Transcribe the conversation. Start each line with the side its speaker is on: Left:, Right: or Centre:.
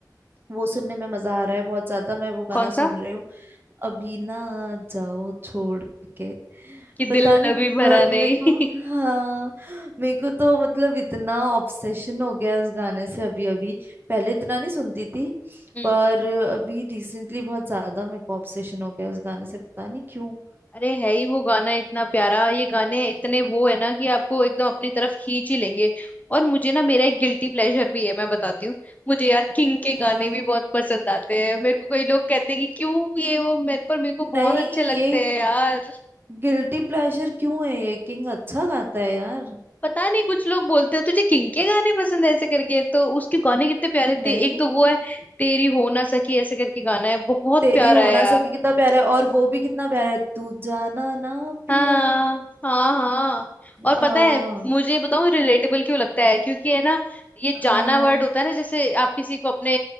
Right: वो सुनने में मजा आ रहा है बहुत ज्यादा मैं वो गाना
Left: कौन
Right: सुन
Left: सा
Right: रही हूँ अभी ना जाओ छोड़ के
Left: कि
Right: पता
Left: दिल
Right: नहीं
Left: अभी भरा
Right: ब-
Left: नहीं
Right: मेरे को
Left: <laughs>
Right: हाँ मेरे को तो मतलब इतना ऑब्सेशन हो गया है उस गाने से अभी अभी पहले इतना नहीं सुनती थी
Left: हम्म
Right: पर अभी रिसेंटली बहुत ज्यादा मेरे को ऑब्सेशन हो गया है उस गाने से पता नहीं क्यों
Left: अरे है ही वो गाना इतना प्यारा ये गाने इतने वो है ना कि आपको एकदम अपनी तरफ खींच ही लेंगे और मुझे ना मेरा एक गिल्टी प्लेजर भी है मैं बताती हूँ मुझे यार किंग के गाने
Right: हाँ
Left: भी बहुत पसंद आते हैं मेरे को कई लोग कहते हैं कि क्यों ये वो मेरे पर मेरे को बहुत
Right: नहीं
Left: अच्छे लगते
Right: ये
Left: हैं यार
Right: गिल्टी प्लेजर क्यों है ये किंग अच्छा गाता है यार
Left: पता नहीं कुछ लोग बोलते हैं तुझे किंग के गाने पसंद है ऐसे करके तो उसके गाने कितने प्यारे थे
Right: नहीं
Left: एक तो वो है तेरी हो ना सकी ऐसे करके गाना है बहुत
Right: तेरी
Left: प्यारा
Right: हो
Left: है
Right: ना सके कितना प्यारा है और वो भी कितना प्यारा है तू जाना ना पिया
Left: हाँ हाँ हाँ और
Right: हाँ
Left: पता है मुझे बताऊँ रिलेटेबल क्यों लगता है क्योंकि है ना ये
Right: हाँ
Left: जाना
Right: हाँ
Left: वर्ड होता है ना जैसे आप किसी को अपने